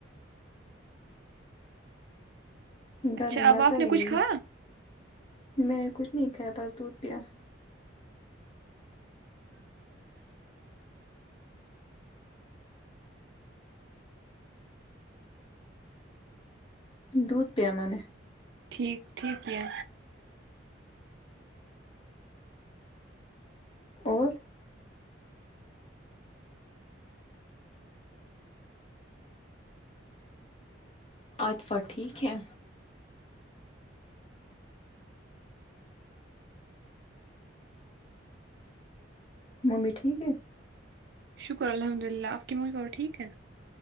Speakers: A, on the right; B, on the left.
A: اچھا
B: ڈر
A: اب
B: مزہ
A: آپ نے
B: ہی
A: کچھ
B: نہیں
A: کھایا
B: میں نے کچھ نہیں کھایا بس دودھ پیا دودھ پیا ہے میں نے
A: ٹھیک ٹھیک ہے
B: اور عاطفہ ٹھیک ہے ممی ٹھیک ہیں
A: شکر الحمد للہ اپ کے مو گ اور ٹھیک ہے